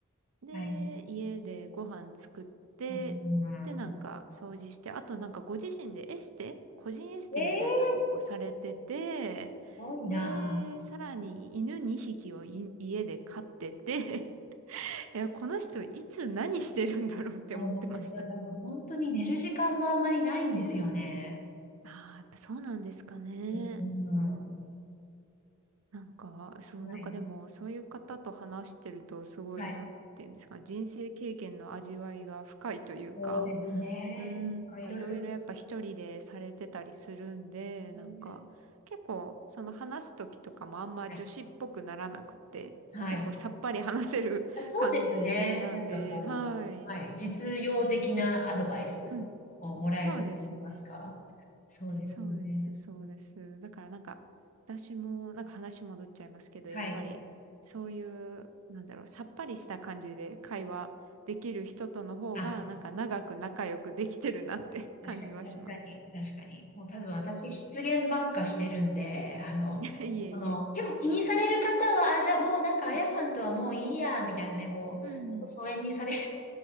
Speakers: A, on the right (about 70°); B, on the left (about 35°).
A: で、
B: はい。
A: 家でご飯作って、
B: うん、
A: で、なんか掃除して、あとなんかご自身でエステ、個人エステみたいなのもされてて、
B: ええすごいな。
A: で、さらに犬2匹をい家で飼ってて <laughs> いや、この人いつ何してるんだろうって思ってました。
B: そうなんですよ。多分本当に寝る時間もあんまりないんですよね。
A: ああ、やっぱそうなんですかね。
B: うん。は
A: なんか、そう、
B: い。
A: なんかでも、そういう方と話してると、すごい、
B: はい。
A: なんていうんですか、人生経験の味わいが深いというか、
B: そうですね。
A: うーん、
B: なんかいろいろ。
A: なんかいろいろやっぱ一人でされてたりするんで、
B: うん
A: なんか、結構、その話す時とかもあんま女子っぽくならなくて、
B: はい。はい
A: 結構さっぱり話せる <laughs>
B: あそうですね。
A: 感じなんで、
B: なんかこう、
A: はい。
B: はい、実用的なアドバイスをもらえると言いますか。
A: うん。そうですね。
B: そうですよね。
A: そうです、そうです。だからなんか、私も、なんか話戻っちゃいますけど、
B: はい。
A: やっぱり、そういう、なんだろう、さっぱりした感じで会話できる人との方が、
B: あ、
A: なんか長く仲良くできてるなって <laughs>
B: 確かに、
A: 感じはします。
B: 確かに、確かに。もう、例えば私、失言ばっかしてるんで、あの、
A: <laughs> いえいえ。
B: その、結構気にされる方は、あ、じゃあもうなんか、
A: うん。
B: あやさんとはもういいや、みたいなね、こう、
A: うん。
B: ちょっと疎遠にされる